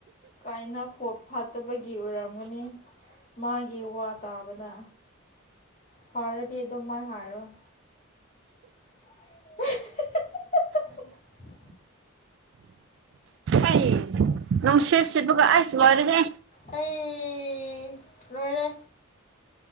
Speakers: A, on the left; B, on the right.
A: ꯀꯥꯏꯅ ꯐꯣ ꯐꯥꯠꯇꯕꯒꯤ ꯑꯣꯏꯔꯝꯒꯅꯤ ꯃꯥꯒꯤ ꯋꯥ ꯇꯥꯕꯗ ꯐꯥꯔꯗꯤ ꯑꯗꯨꯝ ꯃꯥꯏ ꯍꯥꯏꯔꯣꯏ <unintelligible>
B: ꯑꯩ ꯅꯨꯡꯁꯤꯠ ꯁꯤꯠꯕꯒ ꯑꯁ ꯂꯣꯏꯔꯦꯍꯦ
A: ꯑꯩ ꯂꯣꯏꯔꯦ